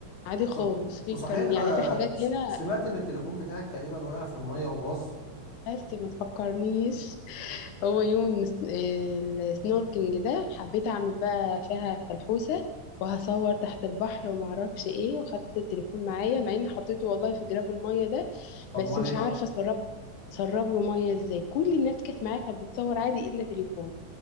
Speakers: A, on the left; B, on the left.
A: عادي خالص
B: ص-
A: في
B: وصحيح
A: كان يعني
B: آه،
A: في حاجات
B: س-
A: هنا
B: سمعت ان التليفون بتاعك تقريبا وقع في المية وباظ
A: بس ما تفكرنيش هو يوم الس- السنوركينج ده حبيت اعمل بقى فيها فلحوسة وهصور تحت البحر وما اعرفش ايه وخدت التليفون معايا مع اني حطيته والله في جراب المية ده
B: طب
A: بس
B: ما ليه
A: مش
B: بقى
A: عارفة اسرب سرب له مية ازاي كل الناس كانت معايا كانت بتصور عادي الا تليفون